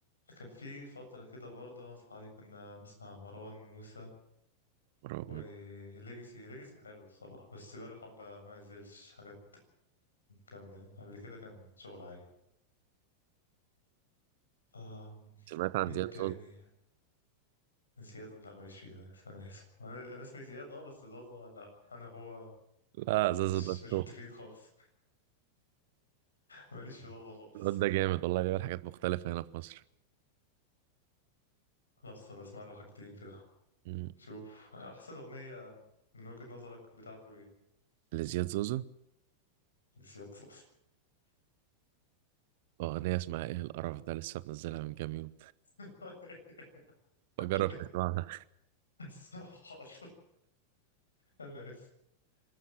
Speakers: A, on the left (about 75°); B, on the right (about 50°).
A: كان في فترة كده برضه أنا وأصحابي كنا نسمع مروان موسى
B: ورغم-
A: وليجاسي ليجاسي حلو الصراحة بس بقاله حبة ما نزلش حاجات جامدة يعني قبل كده كان شغل عادي آه
B: سمعت عن
A: مين
B: زياد
A: تاني
B: زوزو
A: زياد لا ماليش فيه بس انا اسف انا انا اسمي زياد اه بس زازا لا انا هو
B: لا زوزو
A: مش
B: ده التوب.
A: مش متفقين خالص <laughs> ماليش في زازا خالص
B: الواد ده جامد والله بيعمل حاجات مختلفه هنا في مصر
A: خلاص بسمع له حاجتين كده
B: مم.
A: شوف احسن اغنية من وجهة نظرك بتاعته ايه
B: لزياد زوزو
A: زياد صوص
B: اغنيه اسمها ايه القرف ده لسه منزلها من كام يوم
A: <laughs>
B: بجرب
A: ماشي
B: تسمعها
A: حاضر انا اسف